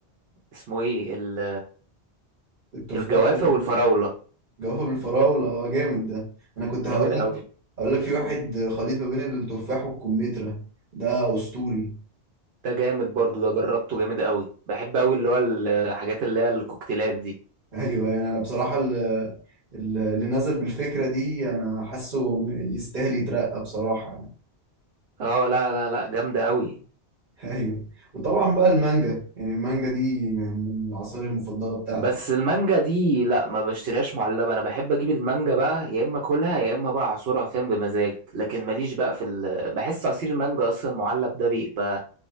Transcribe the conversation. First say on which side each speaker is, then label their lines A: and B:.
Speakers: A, on the right (about 65°); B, on the right (about 50°).
A: اسمه ايه ال-
B: التفاح
A: الجوافة
B: والجوافة
A: والفراولة
B: بالفراولة اه جامد ده انا كنت
A: جامد
B: هقول
A: قوي
B: اقول لك في واحد خليط ما بين التفاح والكمثرى ده اسطوري
A: ده جامد برضو ده جربته جامد قوي بحب قوي اللي هو الحاجات اللي هي الكوكتيلات دي
B: ايوه يعني انا بصراحه ال- ال- اللي نزل بالفكره دي انا حاسه م- يستاهل يترقى بصراحه يعني.
A: اه لا لا لا جامدة قوي
B: ايوه وطبعا بقى المانجا يعني المانجا دي من من العصائر المفضله بتاعتي
A: بس المانجا دي لا ما بشتريهاش معلبة انا بحب اجيب المانجا بقى يا اما اكلها يا اما بقى اعصرها فين بمزاج لكن ماليش بقى في ال... بحس عصير المانجا اصلا معلب ده بيبقى